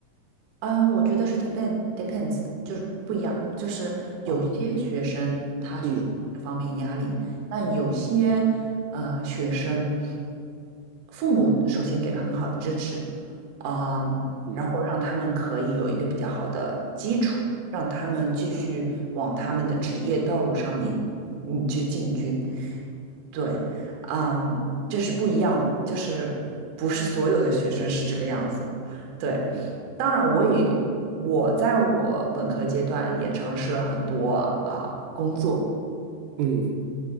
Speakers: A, on the right; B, on the right.
A: 啊，我觉得是 depend depends，就是不一样，就是有些学生他需要这方面压力，
B: 啊，嗯
A: 但有些呃学生，父母首先给了很好的支持，嗯，
B: 嗯
A: 然后让他们可以有一个比较好的基础，让他们继续往他们的职业道路上面嗯去进军。对，嗯，这是不一样的，就是不是所有的学生是这个样子。对，
B: 嗯
A: 当然我也我在我本科阶段也尝试了很多啊、工作，
B: 嗯，